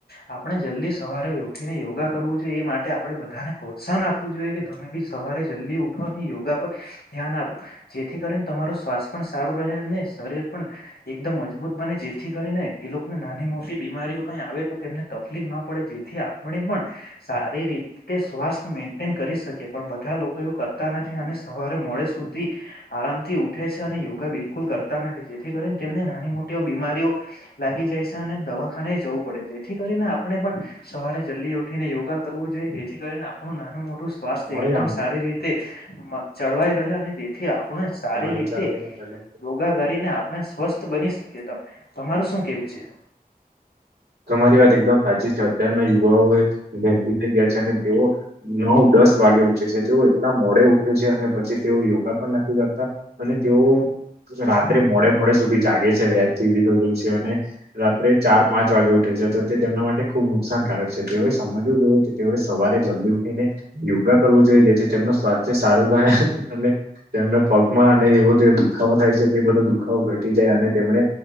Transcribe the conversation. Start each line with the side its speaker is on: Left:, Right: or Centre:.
Left: આપણે જલ્દી સવારે ઉઠીને યોગા કરવું જોઈએ એ માટે આપણેે બધાને પ્રોત્સાહન આપ ઊઠવું જોઈ તમે બી સવારે જલ્દી ઉઠો યોગા પર ધ્યાન આપો જેથી કરીને તમારો સ્વાસ્થ સારું રહે શરીર પણ એકમ મજબૂત બને જેથી કરી ને એ લોકોને નાની મોટી બીમારીઓ કઈ આવે તો તેમને તકલીફ ના પડે જેથી આપણે પણ સારી રીતે સ્વાસ્થ મેન્ટેન કરી શકે પણ બધા લોકો એવું કરતા નથી અને સવારે મોડે સુધી આરામથી ઉઠે છે યોગા બિલકુલ કરતા નથી જેથી કરીને તેમને નાની મોટી બીમારીઓ લાગી જાય છે અને દવા જવું પડે જેથી કરીને આપણે પણ સવારે જલ્દી ઉઠીને યોગા કરવું જોઈએ જેથી કરીને આપણું નાનું મોટુ હું સ્વાસ્થ
Right: મોડે
Left: એકદમ
Right: જ આમ
Left: સારી રીતે ચળવાઈ રહે અને જેથી આપ પણ સારી
Right: મારે
Left: રીતે
Right: ચાર વાગે
Left: યોગા કરીને આપણે સ્વસ્થ બની શકીએ તો તમારું શું કેવું છે
Right: તમારી વાત એકદમ સાચી છે અત્યારના યુવાઓ ગરગી થઈ ગયા છે અને તેઓ નવ દસ વાગે ઉઠે છે તેઓ એટલા મોડે ઉઠે છે અને પછી તેઓ યોગા પણ નથી કરતા અને તેઓ બોવ રાત્રે મોડે મોડે સુધી જાગે છે વેપ સુઈ દીધોય છે અને રાત્રે ચાર પાંચ વાગે ઉઠે છે તો તે તેમના માટે ખુબ નુકસાનકારક છે તેઓએ સમજવું જોય કે તેઓએ સવારે જલ્દી ઉઠીને યોગા કરવું જોઈએ જે છે તેમનું સ્વાસ્થ્ય સારું રહે અને તેમના પગમાં અને એવ દુખાવો થાય છે તે બધો દુખાવો ઘટી જાય અને તેમને